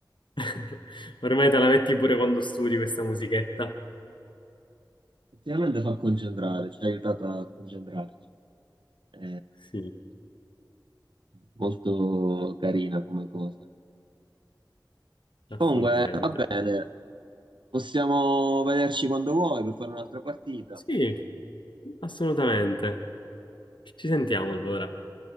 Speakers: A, on the left (about 80°); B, on the right (about 80°).
A: <laughs> Ormai te la metti pure quando studi questa musichetta.
B: ultimamente fa concentrare, ci ha aiutato a concentrarci. È
A: Sì,
B: molto carina come cosa.
A: assolutamente.
B: Comunque, va bene, possiamo vederci quando vuoi per fare un'altra partita.
A: Sì, assolutamente. Ci sentiamo allora.